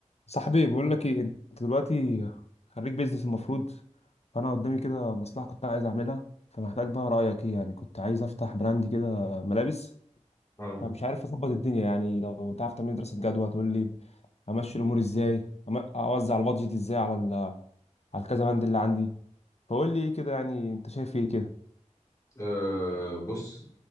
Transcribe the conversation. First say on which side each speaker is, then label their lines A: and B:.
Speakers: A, on the left (about 55°); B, on the left (about 25°).
A: صاحبي بقول لك ايه انت دلوقتي خريج بيزنس المفروض فانا قدامي كده مصلحه كنت عايز اعملها فمحتاج بقى رايك ايه يعني كنت عايز افتح براند كده ملابس
B: مم.
A: فمش عارف اظبط الدنيا يعني لو تعرف تعمل دراسه جدوى تقول لي امشي الامور ازاي أم- اوزع البادجت ازاي على ال- على الكذا بند اللي عندي فقول لي ايه كده يعني انت شايف ايه كده
B: أه بص